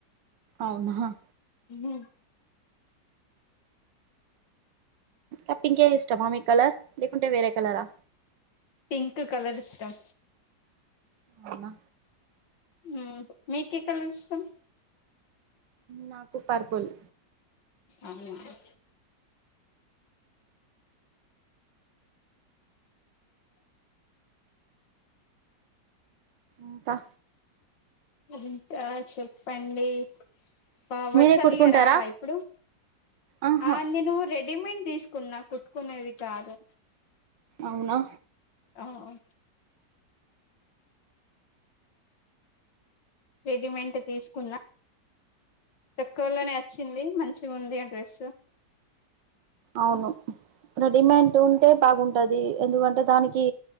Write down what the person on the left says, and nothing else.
ఉహు.
పింక్ కలర్ ఇష్టం.
ఉమ్ మీకె కలర్ ఇష్టం.
అవునా.
ఇంకా చెప్పండి. పా వర్షాలీగ
రావా ఇప్పుడు
ఆ నేను రె. రెడీమేట్ తీసుకున్నా కుట్టుకునేది కాదు.
ఆవ్ అం. రెడీమెంట్ తీసుకున్న. తక్కువలోనే అచ్చింది మంచిగుంది ఆ డ్రెస్సు.